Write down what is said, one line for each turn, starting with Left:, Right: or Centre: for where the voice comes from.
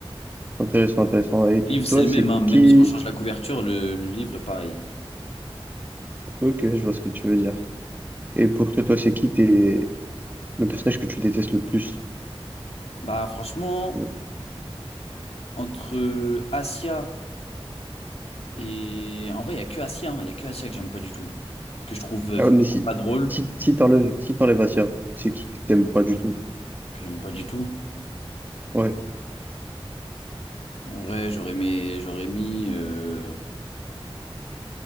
Right: Intéressant, intéressant. Et
Left: Le livre, c'est
Right: toi,
Left: le
Right: c'est
Left: même, hein. Même
Right: qui?
Left: si on change la couverture, le, le livre est pareil.
Right: Ok, je vois ce que tu veux dire. Et pour toi, toi, c'est qui t'es le personnage que tu détestes le plus?
Left: Bah franchement.
Right: Euh,
Left: entre Asia et... En vrai, il y a que Asia, hein. Il y a que Asia que j'aime pas du tout. Que je trouve vraiment
Right: Ah, ouais, mais si,
Left: pas drôle,
Right: si, si t'enlèves, si t'enlèves Asia, c'est qui que t'aimes pas du tout?
Left: que j'aime pas du tout.
Right: Ouais.
Left: En vrai, j'aurais mis... J'aurais mis euh,